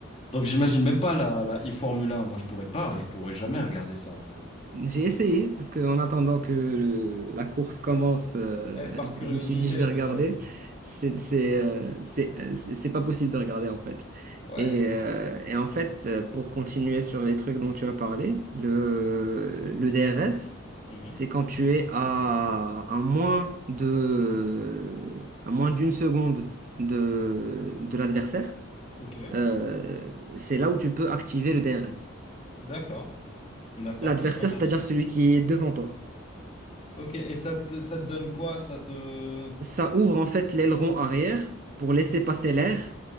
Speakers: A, on the left; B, on the right.
A: Donc, j'imagine même pas la, la e-Formule 1. Moi, je pourrais pas, je pourrais jamais regarder ça, en fait.
B: j'ai essayé, parce que en attendant que le- la course commence, euh,
A: Ouais, par curiosité,
B: je me suis dit, je vais
A: peut-être,
B: regarder.
A: mais
B: C'est c'est, euh, c'est- euh, c'est- c'est pas possible de regarder, en fait.
A: ouais.
B: Et, euh, et en fait, euh, pour continuer sur les trucs dont tu as parlé, le, le DRS,
A: Mhm.
B: c'est quand tu es à, à moins de, à moins d'une seconde de, de l'adversaire.
A: Ok,
B: euh, c'est là où tu peux activer le DRS.
A: d'accord, d'accord,
B: L'adversaire,
A: ça c'est intéressant.
B: c'est-à-dire celui qui est devant toi.
A: Ok, et ça te, ça te donne quoi? Ça te...
B: Ça ouvre en fait l'aileron arrière pour laisser passer l'air.